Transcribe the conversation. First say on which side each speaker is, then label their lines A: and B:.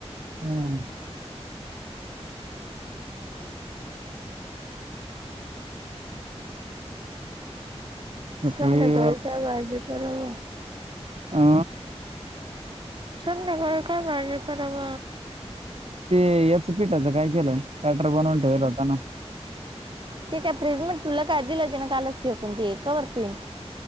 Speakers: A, on the right; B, on the right.
A: हम्म सकाळी
B: संध्याकाळी काय भाजी करणार
A: आ
B: संध्याकाळी काय भाजी कराव
A: ते याचं पीठ आता काय केलंय बॅटर बनवून ठेवल होता ना
B: ते काय प्रेग्नंट तुला काय दिल कालच फिकून ते एकावर पिन